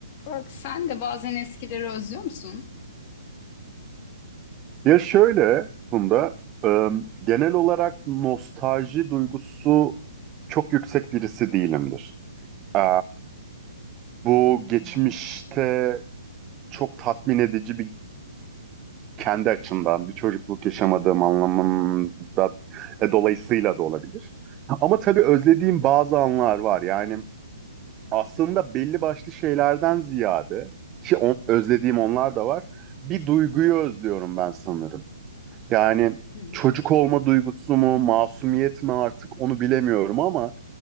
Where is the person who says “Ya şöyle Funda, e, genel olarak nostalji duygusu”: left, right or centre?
Right